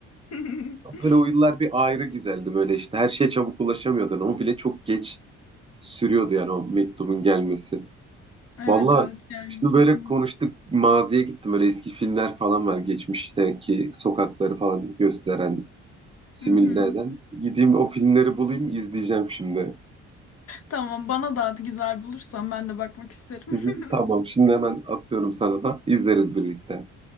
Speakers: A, on the left; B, on the right.
A: <laughs>
B: Böyle o yıllar bir ayrı güzeldi böyle işte her şeye çabuk ulaşamıyordun. O bile çok geç sürüyordu yani o mektubun gelmesi.
A: Evet
B: Valla
A: evet yani
B: şimdi
A: kesinlikle.
B: böyle konuştuk maziye gittim böyle eski filmler falan var geçmişteki sokakları falan gösteren simüle
A: Hı hı.
B: eden gideyim o filmleri bulayım izleyeceğim şimdi.
A: Tamam bana da at güzel bulursan ben de bakmak isterim.
B: Hı hı,
A: <laughs>
B: Tamam şimdi hemen atıyorum sana da izleriz birlikte.